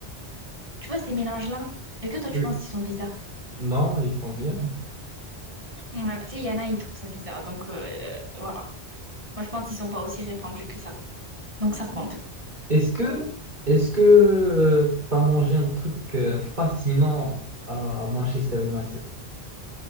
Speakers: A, on the right; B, on the right.
A: Tu vois, ces mélanges-là, est-ce que toi, tu
B: oui.
A: penses qu'ils sont bizarres?
B: Non, ils sont bien.
A: Ouais, tu sais, il y en a, ils trouvent ça bizarre. Donc, euh, voilà. Moi, je pense qu'ils sont pas aussi répandus que ça. Donc, ça compte.
B: Est-ce que est-ce que tu t'as mangé un truc euh, fascinant à Manchester United?